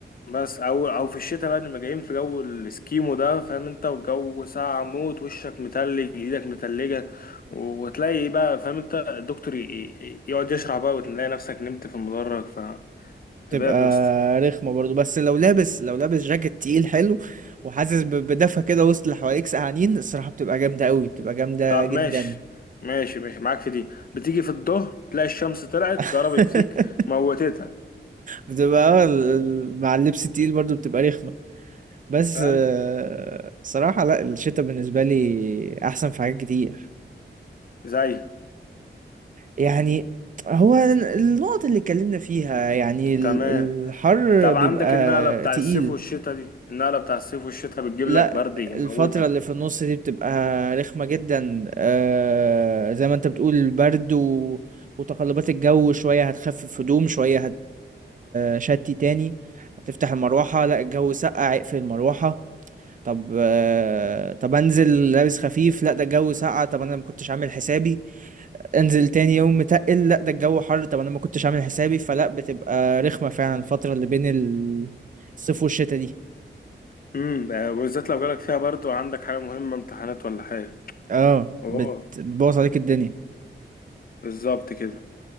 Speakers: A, on the left; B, on the right.
A: بس او او في الشتاء بقى نبقى جايين في جو الاسكيمو ده فاهم انت والجو ساقع موت وشك متلج ايدك متلجه وتلاقي بقى فاهم انت الدكتور ي- ي- يقعد يشرح بقى وتلاقي نفسك نمت في المدرج فهباب
B: تبقى
A: يا اسطى
B: رخمة برضو بس لو لابس لو لابس جاكيت تقيل حلو وحاسس ب- بدفى كده وسط اللي حواليك سقعانين الصراحة بتبقى جامدة قوي بتبقى جامدة
A: طب
B: جدا
A: ماشي ماشي ماشي معاك في دي بتيجي في الظهر تلاقي الشمس طلعت
B: <laughs>
A: ضربت فيك موتتك
B: بتبقى اه ال- ال- مع اللبس التقيل برضو بتبقى رخمة بس
A: فاهم
B: آه، صراحة لا الشتاء بالنسبة لي أحسن في حاجات كتير
A: زي
B: يعني هو النقط اللي اتكلمنا فيها يعني ال-
A: تمام
B: الحر
A: طب
B: بيبقى
A: عندك النقله بتاع
B: تقيل
A: الصيف والشتاء دي النقله بتاع الصيف والشتاء بتجيب
B: لا
A: لك برد يموتك
B: الفترة اللي في النص دي بتبقى رخمة جدا آه زي ما انت بتقول البرد و... وتقلبات الجو شوية هتخفف هدوم شوية هتشتي تاني هتفتح المروحة لا الجو سقع اقفل المروحة طب آه، طب انزل لابس خفيف لا ده الجو ساقع طب انا ما كنتش عامل حسابي انزل تاني يوم متقل لا ده الجو حر طب انا ما كنتش عامل حسابي فلا بتبقى رخمة فعلا الفترة اللي بين ال- الصيف والشتاء دي
A: امم ده بالذات لو جالك فيها برضو عندك حاجة مهمة امتحانات ولا حاجة
B: اه
A: اه
B: بت- بتبوظ عليك الدنيا
A: بالظبط كده